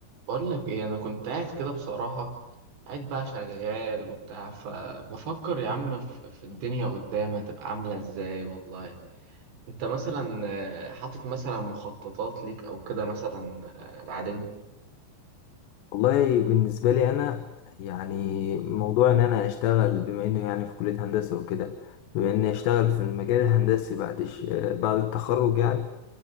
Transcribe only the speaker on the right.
بقول لك ايه انا كنت قاعد كده بصراحة قاعد بقى شغال وبتاع فبفكر يا عم في في الدنيا قدام هتبقى عاملة ازاي والله انت مثلا آه، حاطط مثلا مخططات ليك او كده مثلا آه، بعدين